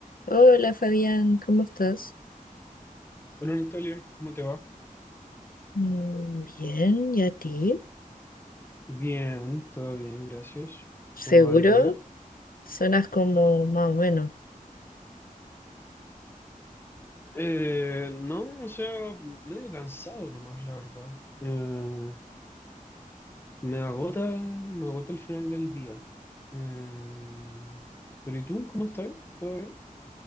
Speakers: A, on the left; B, on the left.
A: Hola Fabián, ¿cómo estás?
B: Hola Natalia, ¿cómo te va?
A: Mm, Bien, ¿y a ti?
B: Bien, todo bien, gracias.
A: ¿Seguro?
B: ¿Cómo va el día?
A: Sonas como más o menos.
B: Eh, no, o sea, medio cansado nomás, la verdad. Eh, me agota, me agota el final del día. Eh, pero ¿y tú? ¿Cómo estás? ¿Todo bien?